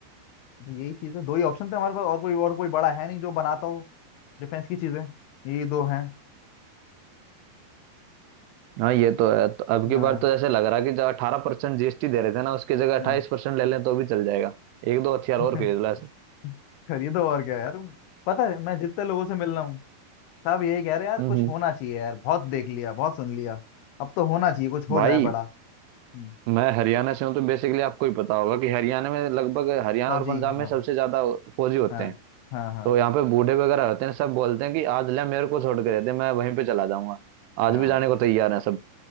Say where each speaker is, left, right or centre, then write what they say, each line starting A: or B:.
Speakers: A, on the left; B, on the right.
A: तो यही चीज है दो ही ऑप्शन थे हमारे पास और कोई और कोई बड़ा है नहीं जो बनाता हो डिफेंस की चीजें यही दो हैं
B: हाँ ये तो है तो अब की
A: हाँ
B: बार तो जैसे लग रहा है कि जो अठारह परसेंट जीएसटी दे रहे थे ना उसकी जगह अट्ठाईस
A: हाँ
B: परसेंट ले लें तो भी चल जाएगा एक दो हथियार
A: <laughs>
B: और खरीद ला ऐसे
A: खरीदो और क्या यार पता है मैं जितने लोगों से मिल रहा हूँ सब यही कह रहे हैं यार
B: हम्म
A: कुछ होना चाहिए यार बहुत देख लिया बहुत सुन लिया अब तो होना चाहिए कुछ हो
B: भाई
A: जाए बड़ा हम्म,
B: मैं हरियाणा से हूँ तो बेसिकली आपको ही पता होगा कि हरियाणा में लगभग हरियाणा
A: फौजी
B: और पंजाब में
A: हाँ
B: सबसे ज्यादा फौजी होते
A: हाँ
B: हैं
A: हाँ हाँ
B: तो यहाँ पे बूढ़े वगैरह होते हैं सब बोलते हैं कि आज ले मेरे को छोड़ के देते मैं वहीं पे चला जाऊंगा
A: हाँ
B: आज भी जाने को तैयार है सब